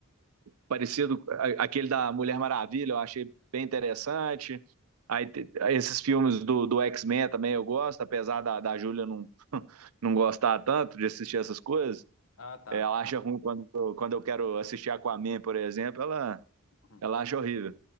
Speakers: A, on the right (about 85°); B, on the left (about 70°).
A: parecido aquele da Mulher Maravilha, eu achei bem interessante. Aí, esses filmes do, do X-Men também eu gosto, apesar da, da Júlia não, <laughs> não gostar tanto de assistir essas coisas.
B: Ah, tá.
A: É, Ela acha ruim quando, quando eu quero assistir Aquaman, por exemplo, ela,
B: Uhum.
A: ela acha horrível.